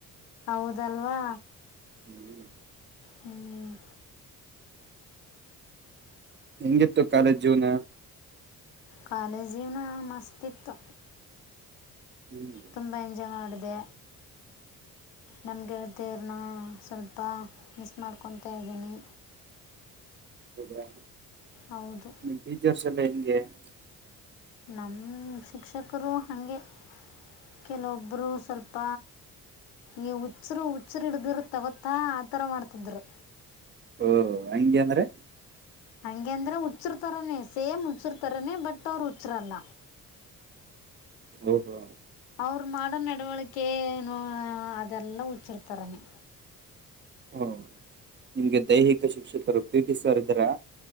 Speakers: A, on the left (about 70°); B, on the right (about 25°).
A: ಹೌದಲ್ವಾ
B: ಹ್ಮ್
A: ಹ್ಮ್
B: ಹೆಂಗಿತ್ತು ಕಾಲೇಜ್ ಜೀವನ
A: ಕಾಲೇಜ ಜೀವನ ಮಸ್ತ್ ಇತ್ತು
B: ಹ್ಮ್
A: ತುಂಬಾ ಎಂಜಾಯ್ ಮಾಡದ ದೇ ನಮ್ಮಗೆಳತೆರಣಾ ಸ್ವಲ್ಪ ಮಿಸ್ ಮಾಡ್ಕೊತಾ ಇದ್ದೀನಿ
B: ಹೌದ್ರಾ
A: ಹೌದು
B: ನಿಮ್ಮ ಟೀಚರ್ಸ್ ಎಲ್ಲಾ ಹೆಂಗೆ <inaudible>
A: ನಮ್ಮ ಶಿಕ್ಷಕರು ಹಂಗೇ ಕೆಲವೊಬ್ಬರು ಸ್ವಲ್ಪ ಈ ಹುಚ್ಚರು ಹುಚ್ಚರು ಹಿಡದಿರತ ಗೊತ್ತಾ ಆತರಾ ಮಾಡ್ತಿದ್ರು
B: ಓ ಹಂಗೆ ಅಂದ್ರೆ
A: ಹಂಗಗೆ ಅಂದ್ರೆ ಹುಚ್ಚರ್ತರನೇ ಸೇಮ್ ಹುಚ್ಚರ್ತರನೇ ಬಟ್ ಅವರ ಹುಚ್ಚ್ರಲ್ಲ
B: ಹೌದಾ
A: ಅವ್ರು ಮಾಡೋ ನಡವಳಿಕೆ ಏನೋ ಅದೆಲ್ಲ ಹುಚ್ಚರತರಾಣೆ
B: ಹಾ ನಿಮ್ಗೆ ದೈಹಿಕ ಶಿಕ್ಷಕರು ಪಿ ಟಿ ಸರ ಇದ್ರಾ